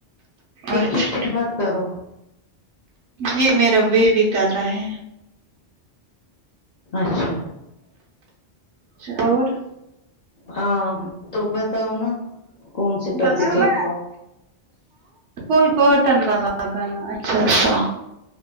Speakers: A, on the left (about 55°); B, on the right (about 80°).
A: ایک
B: اچھا
A: کٹ کٹ مت کرو
B: یہ میرا بیبی کر رہا ہے
A: اچھا
B: اچھا اور
A: ہاں تو بتاؤ نا کون سے کبھی
B: بس ٹھیک
A: کب ہوا
B: کوئی کاٹن کا لگانا اچھا سا